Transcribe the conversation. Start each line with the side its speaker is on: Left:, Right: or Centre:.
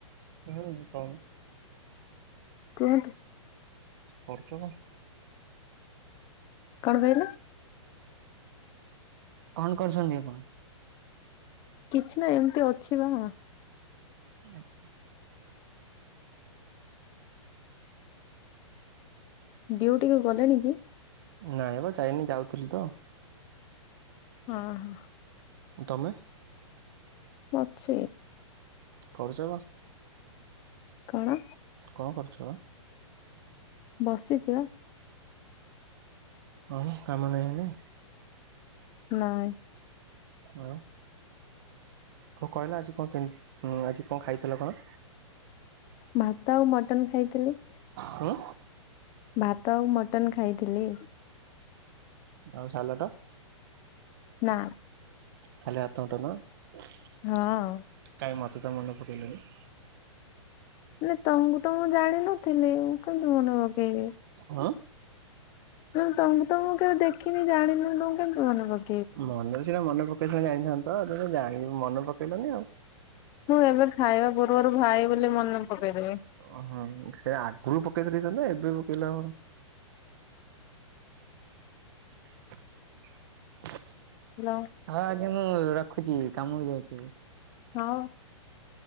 Right: ହୁଁ କ <unintelligible>
Left: କୁହଁନ୍ତୁ
Right: କରୁଚ କନ?
Left: କଣ କହିଲ?
Right: କଣ କରୁଛନ୍ତି ଆପଣ?
Left: କିଛି ନା ଏମିତି ଅଛି ବ।
Right: ଆଜ୍ା <inaudible>
Left: ଡିଉଟିକୁ ଗଲେଣି କି?
Right: ନାଇଁବ ଯାଇନି ଯାଉଥିଲି ତ।
Left: ହଁ ହ
Right: ତମେ
Left: ଅଛି
Right: କରୁଚ କଣ?
Left: କଣ?
Right: କଣ କରୁଛ ବା?
Left: ବସିଛିିବା।
Right: ହଁ କାମ ନାହିଁ ହେନି?
Left: ନାଇଁ
Right: ହଁ ହଁ କହିଲା ଆଜି କଣ ଆଜି କଣ ଖାଇଥିଲ ଆପଣ?
Left: ଭାତ ଆଉ ମଟନ ଖାଇଥିଲି।
Right: ହୁଁ
Left: ଭାତ ଆଉ ମଟନ୍ ଖାଇଥିଲି।
Right: ଆଉ ସାଲ ଟ।
Left: ନା
Right: ଖାଲି ହାତ <unintelligible>
Left: ହଁ
Right: କାଇଁ ମତେ ତ ମନ ପକେଇଲାଣି?
Left: ନ ତମକୁ ତ ମୁଁ ଜାଣିନଥିଲି ମୁଁ କେନ୍ତତି ମନେ ପକେଇବି?
Right: ହଁ
Left: ଁ ତ ତମଁ କେବେ ଦେଖିନି ଜାଣିନି ତମ କେମତି ମନେ କର?
Right: ମନ୍ଦିର ସେଇଟା ମନେ ପକେଇ ସ ଯାଇଥାନ୍ତ ତ ଯାଇି ମନେ ପକେଇଲନି ଆଉ
Left: ତଁ ଏବେ ଖାଇବା ପୂର୍ବରୁ ଭାଇ ବୋଲି ମନେ ପକେଇଦେବି
Right: ଓହଁ ସେ ଆଗରୁ ପକେଇଥିଲି ତ ଏବେ ପକେଇଲା <unintelligible>
Left: ହ୍ୟାଲୋ
Right: ହଁ ଆଜ୍ଞା ମୁଁ ରଖୁଛି କାମକୁ ଯାଉଛି
Left: ହଁ